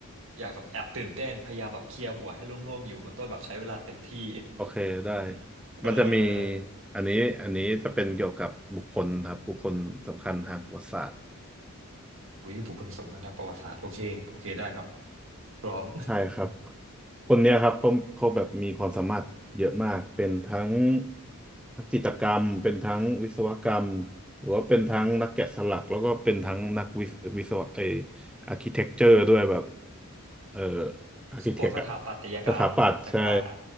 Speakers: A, on the right (about 65°); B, in the centre.
A: อยากแบบแอบตื่นเต้นพยายามแบบเคลียร์หัวให้โล่งๆอยู่คุณต้นแบบใช้เวลาเต็มที่
B: โอเคได้
A: <laughs> เอ
B: มันจะมี
A: อ
B: อันนี้อันนี้จะเป็นเกี่ยวกับบุคคลครับบุคคลสำคัญทางประวัติศาสตร์
A: หุยบุคคลสำคัญทางประวัติศาสตร์โอเคโอเคได้ครับพร้อม
B: ใช่ครับ คนเนี้ยครับเขาเขาแบบมีความสามารถเยอะมากเป็นทั้งนักจิตรกรรมเป็นทั้งวิศวกรรมหรือว่าเป็นทั้งนักแกะสลักแล้วก็เป็นทั้งนักวิศวิศวะไออาร์คิเทคเจอร์ด้วยแบบเอ่ออาร์คิเทคอะ
A: <laughs> พวกสถาปัตยกรรมต่าง
B: สถาปัตย์ใช่